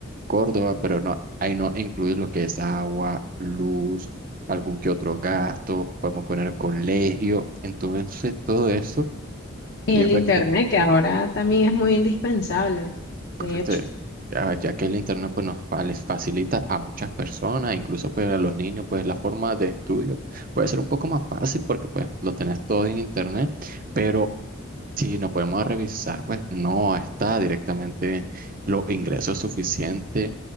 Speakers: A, on the right (about 40°); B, on the left (about 50°).
A: Córdoba, pero no, Ahí no incluir lo que es agua, luz, algún que otro gasto, podemos poner colegio. Entonces, todo eso
B: Y
A: ya
B: el
A: prácticamente
B: internet, que ahora también es muy indispensable,
A: Correcto.
B: de hecho.
A: Ya, ya que el internet pues nos fa- les facilita a muchas personas, incluso pues a los niños, pues la forma de estudio puede ser un poco más fácil porque pues lo tenés todo en internet, pero si nos podemos revisar, pues no está directamente los ingresos suficientes.